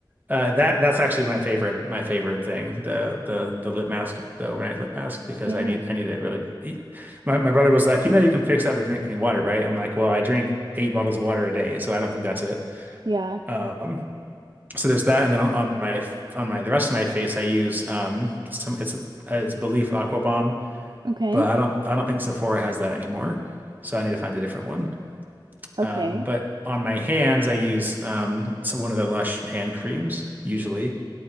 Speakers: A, on the right; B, on the right.
A: Uh, that that's actually my favorite my favorite thing the the the lip mask the overnight lip mask because
B: yeah,
A: I need I need it really. e, My my brother was like, you know, you can fix that by drinking water, right? I'm like, well, I drink eight bottles of water a day, so I don't think that's it.
B: Yeah.
A: Um, so there's that, and then on, on my on my the rest of my face, I use um some it's it's Belief Aqua Bomb,
B: Okay.
A: but I don't I don't think Sephora has that anymore, so I need to find a different one.
B: Okay.
A: Um, but on my hands, I use um so one of the Lush hand creams usually,